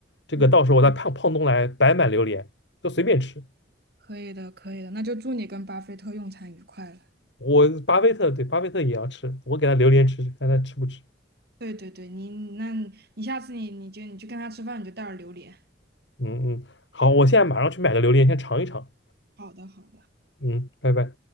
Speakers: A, on the left; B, on the right.
A: 这个到时候我在胖胖东来白买榴莲，
B: 嗯，
A: 都随便吃。
B: 可以的，可以的。那就祝你跟巴菲特用餐愉快了。
A: 我巴菲特对巴菲特也要吃，我给他榴莲吃吃，看他吃不吃。
B: 对对对，你那你下次你你就你去跟他吃饭，你就带点榴莲。
A: 嗯嗯，好，我现在马上去买个榴莲，先尝一尝。
B: 好的，好的。
A: 嗯，拜拜。